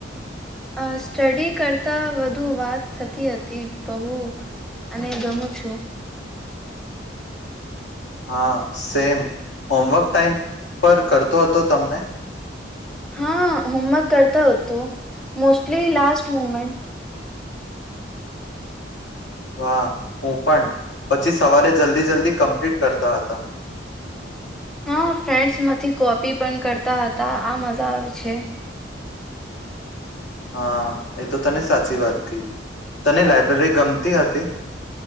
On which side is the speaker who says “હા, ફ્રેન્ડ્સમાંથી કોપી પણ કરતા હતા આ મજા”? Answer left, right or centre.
Centre